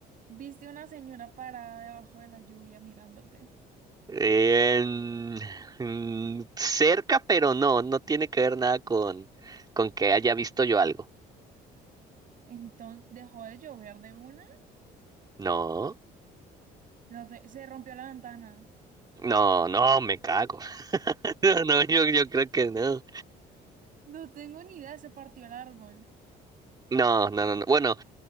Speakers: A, on the right (about 55°); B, on the right (about 25°).
A: Viste una señora parada debajo de la lluvia mirándote,
B: Eh, mm, cerca, pero no, no tiene que ver nada con, con que haya visto yo algo.
A: entonces dejó de llover de una,
B: No,
A: no sé, se rompió la ventana.
B: no, no, me cago. <laughs> No, no, yo, yo creo que no.
A: No tengo ni idea, se partió el árbol.
B: No, no, no, no. Bueno,